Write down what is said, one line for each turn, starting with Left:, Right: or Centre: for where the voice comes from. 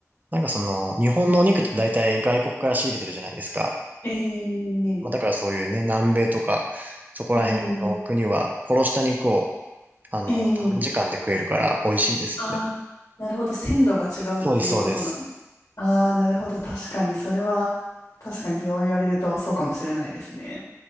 Right: なんかその、日本のお肉って大体外国から仕入れてるじゃないですか。
Left: はいえー、
Right: まあ、だからそういうね、南米とか、そこら辺の国は殺した肉を、
Left: えー、
Right: あの、
Left: えー、
Right: 短時間で食えるから美味しいですよね。
Left: あー、なるほど。鮮度が違うっていうことなんです。
Right: そうです、そうです。
Left: ああ、なるほど。確かに、それは、確かにそう言われるとそうかもしれないですね。